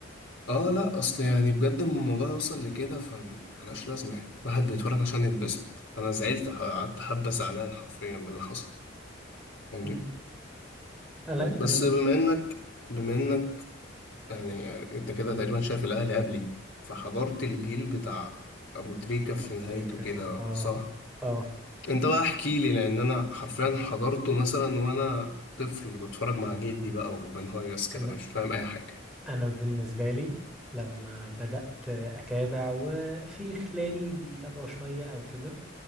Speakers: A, on the left (about 65°); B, in the centre.
A: اه لا اصل يعني بجد لما الموضوع يوصل لكده فملهاش لازمة يعني الواحد بيتفرج عشان يتبسط انا زعلت ح- قعدت حبة زعلان حرفيا من اللي حصل فاهمني
B: مم. انا
A: بس
B: انا
A: بما انك بما انك يعني انت كده تقريبا شايف الاهلي قبلي فحضرت الجيل
B: مم.
A: بتاع ابو تريكة في
B: ابو
A: نهايته
B: تريكة
A: كده
B: و... اه
A: صح
B: اه
A: انت بقى احكي لي لان انا حرفيا حضرته مثلا وانا طفل بتفرج مع جدي بقى وبنهيص كده
B: انا
A: مش فاهم اي حاجة
B: انا بالنسبة لي لما بدأت اتابع وفي خلاني بيتابعوا شوية او كده